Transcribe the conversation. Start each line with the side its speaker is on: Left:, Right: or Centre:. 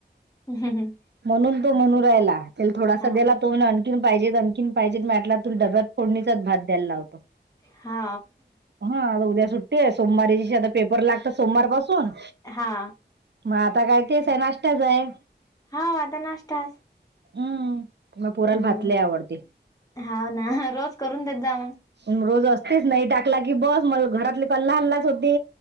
Left: हम्म हम्म
Right: म्हणून तो म्हणू राहिला त्याला थोडासा
Left: हा
Right: दे ला तो म्हणे आन खीन पाहिजे आणखीन पाहिजे म्या म्हटलं आता तुला डब्यात फोडणीचाच भात द्यायला लावतो.
Left: हा
Right: हा आता उद्या सुट्टी आहे, सोमवारी दिवशी आता पेपर लागतात सोमवार पाासून
Left: हा
Right: म आता काय तेस आहे नाश्त्याच आहे.
Left: हा आता नाश्ताच.
Right: हम्म माया पोराला
Left: हम्म
Right: भात लय आवडते.
Left: हाव ना रोज करून देत जा मग
Right: रोज असतेच नाही टाकला की बस मग घरातले कला हलाच होते.